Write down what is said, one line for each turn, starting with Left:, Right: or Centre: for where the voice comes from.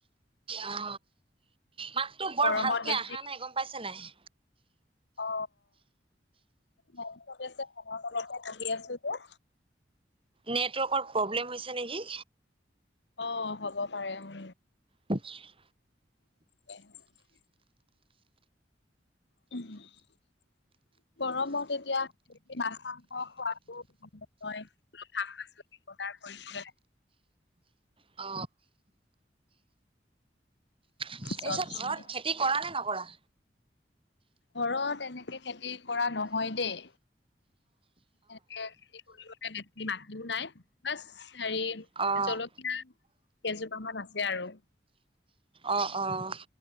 Right: অ মাততো বৰ
Left: গৰমত
Right: ভালকে
Left: বেছি
Right: অহা নাই গম পাইছে নাই
Left: অ ফেন চলি আছে ফেনৰ তলতে বহি আছো যে
Right: নেটৱৰ্কৰ প্ৰব্লেম হৈছে নেকি
Left: অ হ'ব পাৰে উম
Right: আ <inaudible>
Left: <unintelligible> <unintelligible> গৰমত এতিয়া <unintelligible> মাছ মাংস খোৱাদো বিয় শাক পাচলি বজাৰ কৰিছিলে।
Right: অ <unintelligible>
Left: চবজি
Right: ঘৰত খেতি কৰা নে নকৰা
Left: ঘৰত এনেকে খেতি কৰা নহয় দেই এনেকে খেতি কৰিবলৈ মাটতিও নাই বাছ হেৰি
Right: অ',
Left: জলকীয়া কেজোপামান আছে আৰু
Right: অ' অ'